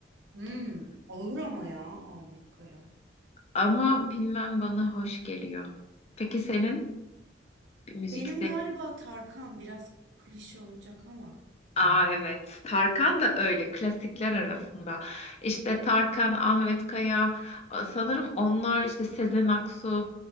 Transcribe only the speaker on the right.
Hmm, olur ama ya Ahmet Kaya.
Benim galiba Tarkan biraz klişe olacak ama